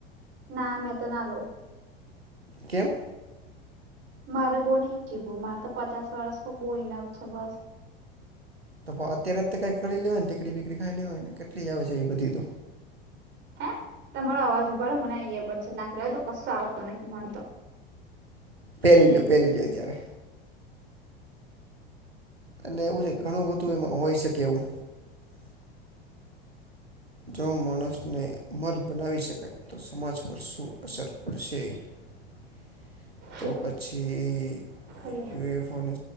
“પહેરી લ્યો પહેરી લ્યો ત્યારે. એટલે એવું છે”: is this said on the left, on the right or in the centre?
Right